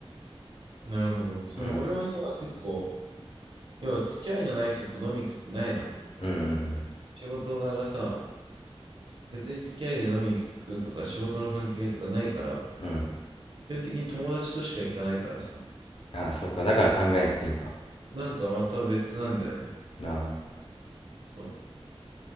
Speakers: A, on the right (about 55°); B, on the left (about 65°).
A: なるほど。その俺はさ、
B: うん。
A: 結構、要は付き合いのない人と飲み行くってないの。
B: うん
A: 仕事柄さ、別に付き合いで飲み行くとか仕事の関係とかないから、
B: うんうん。うん
A: 基本的に友達としか行かないからさ、
B: ああ、そっか。だから考えなくていいんか。
A: なんかまた別なんだよね。
B: なあ。
A: そう。